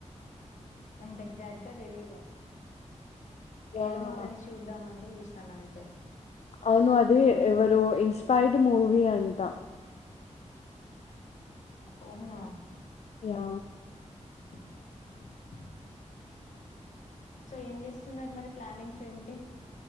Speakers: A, on the left (about 80°); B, on the left (about 60°).
A: అంత ఎగ్జాట్ గా తెలీదు
B: యాహ్!
A: ఏమో ఫ్రెండ్స్ చూద్దాం అంటే తనంతే
B: అవును అది ఎవరు ఇన్స్పైైర్డ్ మూవి అంటా
A: అవున
B: యా
A: <inaudible> సో ఏం జేస్తున్నారు మరి ప్లానింగ్స్ ఏంటి